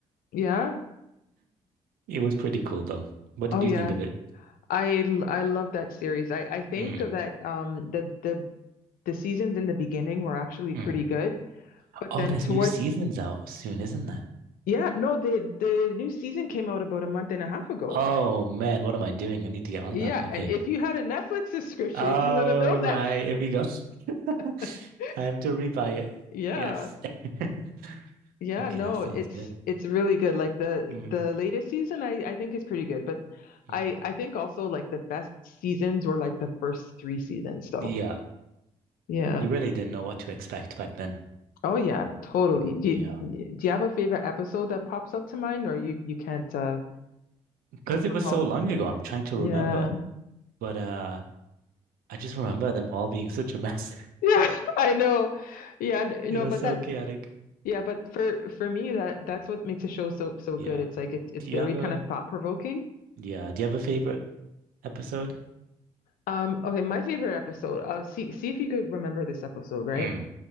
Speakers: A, on the left (about 60°); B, on the right (about 65°).
A: Yeah.
B: It was pretty cool though. What did
A: Oh, yeah.
B: you think of it?
A: I l- I love that series. I I think
B: Mm,
A: that um the the the seasons in the beginning were actually
B: mm.
A: pretty good, but
B: Oh,
A: then
B: there's
A: towards
B: new seasons out soon, isn't there?
A: yeah, no, the the new season came out about a month and a half ago.
B: Oh man, what am I doing? I need to get on
A: Yeah,
B: that. Okay.
A: and if you had a Netflix subscription,
B: All
A: you would have known
B: right,
A: that.
B: here we go. <laughs>
A: <laughs>
B: Time to rebuy it.
A: Yeah.
B: Yes. <laughs>
A: Yeah,
B: Okay,
A: no,
B: that sounds
A: it's
B: good.
A: it's really good. Like the
B: Mm,
A: the latest season I I think is pretty good, but
B: mm.
A: I I think also like the best seasons were like the first three seasons though.
B: Yeah,
A: Yeah.
B: you really didn't know what to expect back then.
A: Oh yeah, totally.
B: Mm,
A: Do you,
B: Yeah,
A: do you have a favorite episode that pops up to mind or you you can't uh
B: because it
A: recall?
B: was so long ago. I'm trying to
A: Yeah.
B: remember, but uh, I just remember them all being such a mess.
A: Yeah, <laughs> I know. Yeah, n-
B: It
A: no,
B: was
A: but
B: so
A: that
B: chaotic.
A: Yeah, but for for me that that's what makes a show so so
B: Yeah.
A: good. It's like it's it's
B: Do
A: very
B: you have
A: kind
B: a
A: of thought provoking.
B: yeah, do you have a favorite episode?
A: Um, okay, my favorite episode. Uh, see see if you could remember this episode, right?
B: Mm,